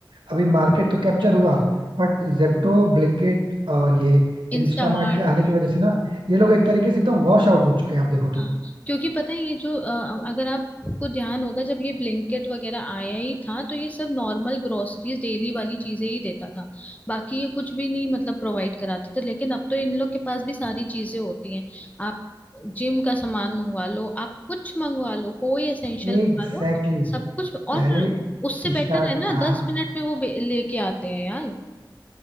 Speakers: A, on the right; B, on the left.
A: अभी मार्केट तो कैप्चर हुआ बट जेप्टो ब्लिंकिट और ये इंस्टामार्ट
B: इंस्टामार्ट
A: के आने की वजह से ना ये लोग एक तरीके से एकदम वॉश आउट हो चुके हैं आप देखो तो
B: हाँ क्योंकि पता है ये जो अ, अगर आपको ध्यान होगा जब ये ब्लिंकेट वगैरह आया ही था तो ये सब नॉर्मल ग्रोसरीज डेली वाली चीजें ही देता था बाकी ये कुछ भी नहीं मतलब प्रोवाइड कराते थे लेकिन अब तो इन लोग के पास भी सारी चीजें होती हैं आप जिम का सामान मंगवा लो आप कुछ मंगवा लो कोई एसेंशियल
A: Exactly
B: मंगवा लो
A: exactly.
B: सब कुछ और
A: पहले
B: उससे बेटर
A: स्टार्ट
B: है ना
A: हाँ
B: दस मिनट में वो बे- लेके आते हैं यार